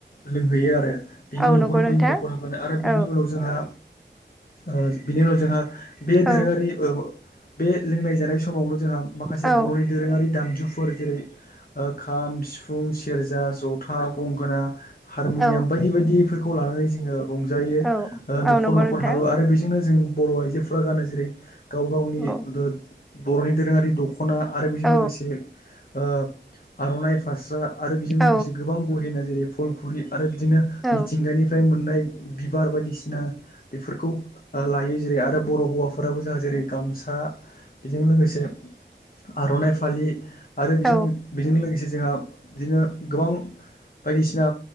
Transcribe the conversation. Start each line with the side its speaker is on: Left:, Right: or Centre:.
Left: लोंहैयो आरो। बिनि
Centre: औ
Left: न'खर
Centre: नंगौ नोंथां
Left: बैनि न'खर हाबनानै आरो
Centre: औ
Left: बिनि उनाव जोंहा ओ बिनि उनाव जोंहा बे
Centre: औ
Left: दोरोङारि ओ बे लोंनाय जानाय समावनो जोंहा माखासे
Centre: औ
Left: बर'नि दोरोङारि दामजुफोर जेरै ओ खाम, सिफुं, सेरजा, जथा, गंगोना हारमुनियाम
Centre: औ
Left: बायदि बायदिफोरखौ लानानै जोङो रंजायो। ओ
Centre: औ औ
Left: न'खर-
Centre: नंगौ
Left: न'खर
Centre: नोंथां
Left: हाबो आरो बेजोंनो जों बर' आइजोफोरा गानो जेरै गाव -गावनि
Centre: औ
Left: दो- बर'नि दोरोङारि दख'ना। दखना आरो बेजों
Centre: औ
Left: लोगोसे ओ आर'नाइ। फास्रा आरो बेजों
Centre: औ
Left: लोगोसे गोबां गहेना जेरै फलखुरि आरो बिदिनो
Centre: औ
Left: मिथिंगानिफ्राय मोननाय बिबार बायदिसिना बेफोरखौ लायो। जेरै आरो बर' हौवाफोराबो जों जेरै गामसा बेजों लोगोसे आर'नाइ फालि आरो बेजों
Centre: औ
Left: -बेजों लोगोसे जोंहा बिदिनो गोबां बायदिसिना